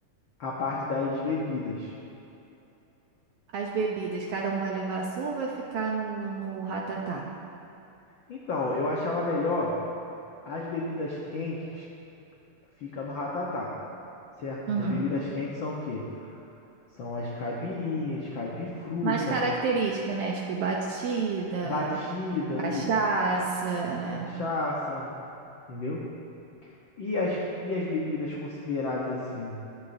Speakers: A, on the left (about 65°); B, on the right (about 80°).
A: A parte das bebidas.
B: As bebidas, cada um vai levar a sua ou vai ficar no, no ratatá?
A: Então, eu achava melhor as bebidas quentes fica no ratatá, certo?
B: Uhum.
A: As bebidas quentes são o quê? São as caipirinhas, caipifruta,
B: Mais característica, né? Tipo batida,
A: batida,
B: cachaça,
A: isso,
B: né?
A: cachaça, entendeu? E as, e as bebidas consideradas assim